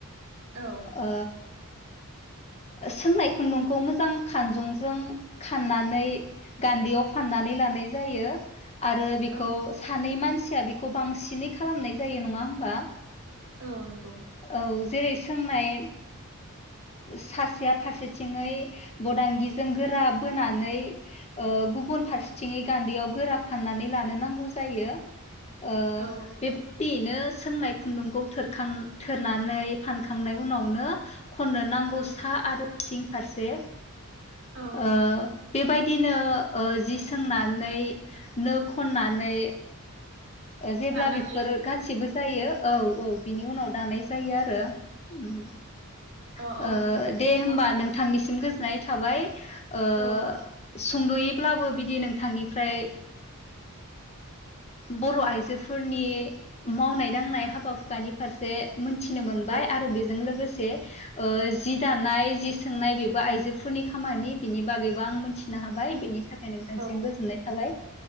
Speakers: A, on the right (about 55°); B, on the left (about 30°).
A: औ
B: ओ सोंनाय खुन्दुंखौ मोजां खानजंजों खाननानै गान्दैयाव फाननानै लानाय जायो। आरो बिखौ
A: औ
B: सानै मानसिया बांसिनै खालामनाय जायो नङा होमबा
A: औ नंगौ
B: औ जेरै सोंनाय सासेया फारसेथिङै बदांगिजों गोरा बोनानै गुबुन फारसेथिङै गान्दैयाव गोरा फाननानै लानो नांगौ जायो। ओ
A: औ
B: बिबदि नो सोंनाय खुन्दुंखौ थोरखां थोरनानै फानखांनाय उनावनो खननो नां गौसा
A: औ
B: आरो सिं फारसे ओ
A: औ
B: बेबायदिनो जि सोंनानै नो खननानै जेब्ला
A: दानो
B: बेफोर
A: हायो आरो नोंथां
B: गासिबो जायो औ औ बिनि उनाव दानाय जायो आरो ओ उम
A: औ
B: ओ
A: औ
B: दे
A: नोंथां
B: होमबा नोंथांनि सिम गोजोननाय थाबाय ओ
A: औ
B: सुंद'यै अब्लाबो बिदि नोंथांनिफ्राय बर' आइजोफोरनि मावनाय दांनाय हाबा हुखानि फारसे मोनथिनो मोनबाय
A: औ
B: आरो बेजों लोगोसे से ओ जि दानाय जि सोंनाय बेबो आइजोफोरनि खामानि बिनि बागैबो आं मिथिनो हाबाय बेनि थाखाय फ्राय नोंथांसिम
A: औ
B: गोजोननाय थाबाय